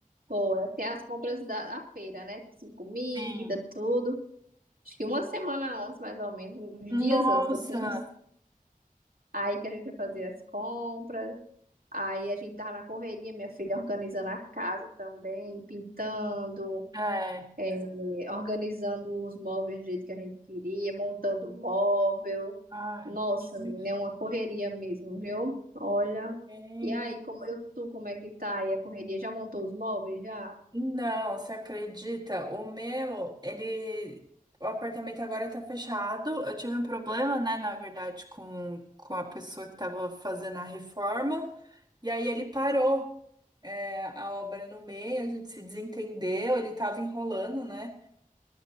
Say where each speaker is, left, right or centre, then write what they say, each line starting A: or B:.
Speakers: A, on the right; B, on the right.
A: pô, tem as compras da, da feira, né? Tipo assim, comida,
B: Sim.
A: tudo. Acho que uma semana antes, mais ou menos, uns
B: Nossa,
A: dias antes, assim. <laughs> Aí que a gente foi fazer as compras. Aí a gente tava na correria, minha filha organizando a casa também, pintando,
B: é.
A: é, organizando os móveis do jeito que a gente queria, montando móvel.
B: Ai,
A: Nossa,
B: me-
A: menina, é uma correria mesmo, viu? Olha.
B: Bem,
A: E aí, como eu, tu, como é que tá aí a correria? Já montou os móveis já?
B: Não, você acredita? O meu, ele. O apartamento agora tá fechado. Eu tive um problema, né, na verdade, com, com a pessoa que tava fazendo a reforma. E aí ele parou, é, a obra no meio, a gente se desentendeu, ele tava enrolando, né?